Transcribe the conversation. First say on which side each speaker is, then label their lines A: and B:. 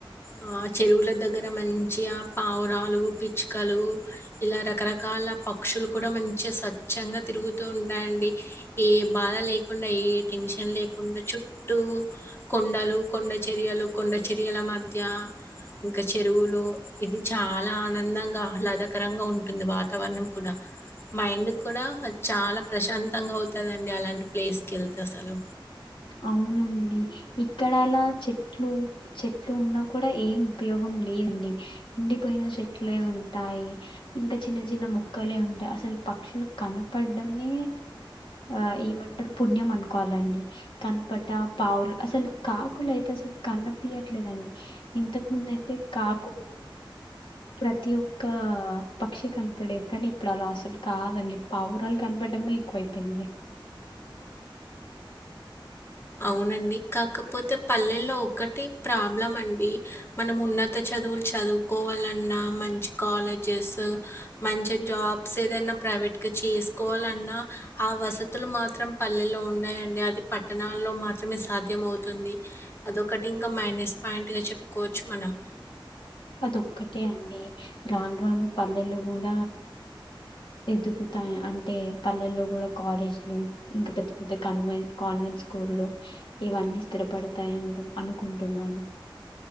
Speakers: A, on the left (about 30°); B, on the left (about 70°).
A: ఆ చెరువుల దగ్గర మంచిగ పావురాలు పిచ్చుకలు ఇలా రకరకాల ఇల పక్షులు కూడ మంచిగా స్వచ్ఛంగా తిరుగుతూ ఉంటాయండి ఏ బాధ లేకుండా ఏ టెన్షన్ లేకుండ చుట్టూ కొండలు కొండ చెరియలు కొండ చెరియల మధ్య ఇంక చెరువులు ఇది చాలా ఆనందంగా ఆహ్లాదకరంగా ఉంటుంది వాతావరణం కూడ మైండ్ కూడ చాల ప్రశాం తంగా అవుతుందండి అలాంటి ప్లేస్ కి వెళ్తే అసలు
B: అవునండి ఇక్కడ అలా చెట్లు చెట్లు ఉన్నా కూడా ఏం ఉపయోగం లేదండి ఎండిపోయిన చెట్లే ఉంటాయి ఇంకా చిన్న చిన్న మొక్కలే ఉంటాయి అసలు పక్షులు కనపడమే ఆ ఏమంటారు పుణ్యం అనుకోవాలండి కనపడ్ పావుర్ అసలు కాకులు అయితే అసలు కన్న పయట్లేదండి ఇంతకు ముందు అయితే కాకులు ప్రతి ఒక్క పక్షి కనపడేది కానీ ఇప్పుడు అలా అసలు కాదండి పావురాలు కనప డమే ఎక్కువైయింది
A: అవునండి కాకపోతే పల్లెల్లో ఒకటి ప్రాబ్లం అండి మనం ఉన్నత చ చదువులు చదువుకోవాలన్నా మంచి కాలేజెస్ మంచి జాబ్స్ ఏదన ట్ చేసుకోవాలన్నా ఆ వసతులు మాత్రం పల్లెలో ఉన్నాయండి అది ప పట్టణల్లో మాత్రమే సాధ్యం అవుతుంది అదొకటి ఇంకా మైనస్ పాయింట్గా చెప్పుకోవచ్చు మనం
B: అదొక్కటే అండి రాను రాను పల్లెలో కూడ ఎదుగుతా అంటే పల్లెల్లో కూడా కాలేజ లు ఇంకా పెద్ద పెద్ద కాన్వెంట్ కాన్వ స్కూల్ లో ఇవన్నీ స్థిరపడతాయింటూ అనుకుంటున్నాను